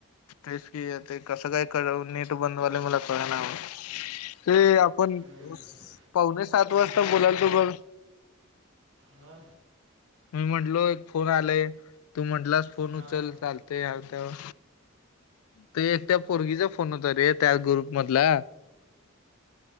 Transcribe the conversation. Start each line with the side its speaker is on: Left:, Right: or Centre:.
Left: तेच की, आता ते कसं काय कराव, नेट बंदव्हाले मला कळना बघ ते आपण
Right: हां
Left: पावणे सात वाजता बोलायचो बघ
Right: हा
Left: मी म्हंटलो, एक फोन आलाय, तू म्हटलास फोन
Right: हां
Left: उचल, चालतोय त्यावर ते एक, त्या पोरगीचा फोन होता रे, त्या ग्रुप मधला